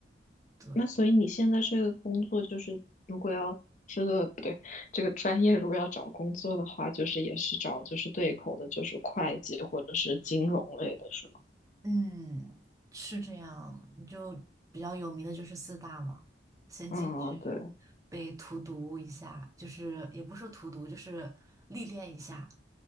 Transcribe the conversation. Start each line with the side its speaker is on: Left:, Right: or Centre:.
Right: 对。
Left: 那所以你现在这个工作就是，如果要这个不对，这个专业如果要找工作的话，就是也是找就是对口的，就是会计或者是金融类的，是吗？
Right: 嗯，是这样，你就比较有名的就是四大嘛，先进去被荼毒一下，
Left: 啊，对，
Right: 就是也不是说荼毒，就是历练一下，